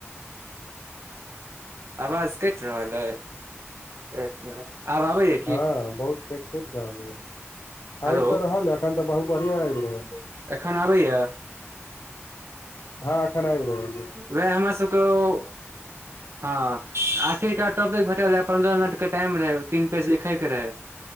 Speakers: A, on the right (about 65°); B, on the left (about 85°).
A: आवाज कटि रहल अइ, एक मिनट, आब आबैये
B: हँ बहुत कटि कटि के अबैये,
A: हेलो
B: आबि तऽ रहल ये, अखन तऽ बहुत बढ़ियां आबि रहल ये।
A: एखन आबैये।
B: हँ एखन आबि रहल अछि।
A: वैह हमर सबके ओ
B: ह <inaudible>
A: हँ आखिरका टॉपिक भेटल रहे, पंन्द्रह मिनट के टाइम रहै तीन पेज लिखैके रहै।